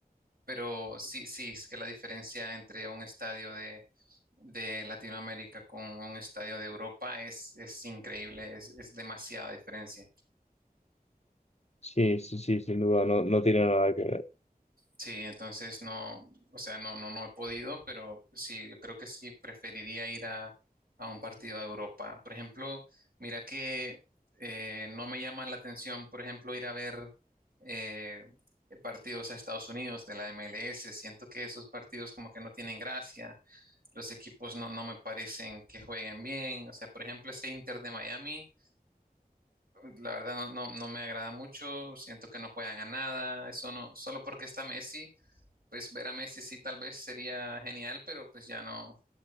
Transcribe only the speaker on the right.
pero sí, sí, es que la diferencia entre un estadio de, de Latinoamérica con un estadio de Europa es, es increíble, es, es demasiada diferencia.
Sí, entonces no, o sea, no, no, no he podido, pero sí, yo creo que sí preferiría ir a, a un partido de Europa. Por ejemplo, mira que eh, no me llama la atención, por ejemplo, ir a ver eh, partidos a Estados Unidos de la MLS. Siento que esos partidos como que no tienen gracia, los equipos no, no me parecen que jueguen bien. O sea, por ejemplo, este Inter de Miami. La verdad no, no, no me agrada mucho, siento que no juegan a nada, eso no, solo porque está Messi, pues ver a Messi sí tal vez sería genial, pero pues ya no,